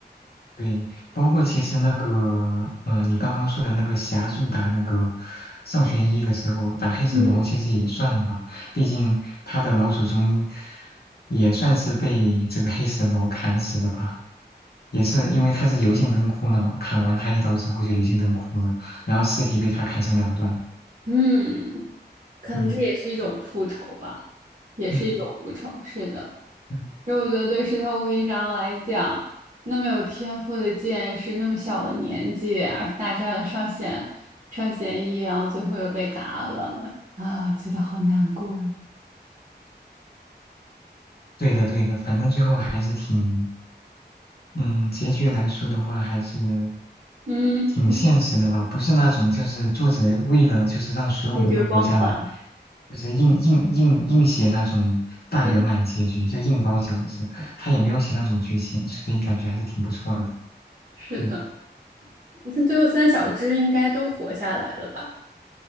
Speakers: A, on the left (about 60°); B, on the right (about 45°).
A: 对，包括其实那个呃，你刚刚说的那个霞柱打那个上弦一的时候，打黑死毛其实也算吧，
B: 嗯。
A: 毕竟他的老祖宗也算是被这个黑死毛砍死的吧，也是因为他是油尽灯枯了嘛，砍完他一刀之后就油尽灯枯了，然后尸体被他砍成两段。
B: 嗯，可能这也是一种复仇吧，
A: 嗯
B: 也是一种复仇。
A: 嗯
B: 是的，
A: 嗯，
B: 所以我觉得对石头无疑上来讲，那么有天赋的剑士，那么小的年纪，而大战了上弦上弦一，然后最后又被嘎了啊，觉得好难过呀。
A: 对的对的，反正最后还是挺，嗯，结局来说的话还是。
B: 嗯，
A: 挺现实的吧，不是那种就是作者为了就是让所有人都活下来，
B: 主角光环。
A: 就是硬硬硬硬写那种大圆满结局，
B: 嗯，
A: 就硬包饺子，他也没有写那种剧情，所以感觉还是挺不错的。
B: 是的，
A: 嗯，
B: 他最后三小只应该都活下来了吧？